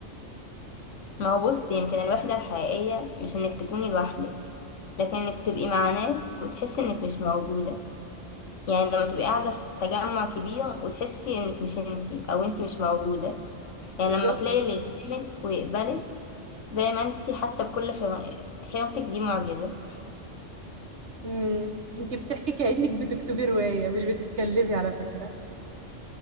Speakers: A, on the left; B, on the right.
A: ما هو بصي يمكن الوحدة الحقيقية مش إنك تكوني لوحدك لكن إنك تبقي مع ناس وتحسي إنك مش موجودة يعني لما تبقي قاعدة في تجمع كبير وتحسي إنك مش إنتي أو إنتي مش موجودة يعني
B: بالظبط
A: لما تلاقي اللي يفهمك ويقبلك زي ما إنتي حتى بكل حر- حيرتك دي معجزة
B: امم انت بتحكي كأنك بتكتبي رواية مش بتتكلمي على فكرة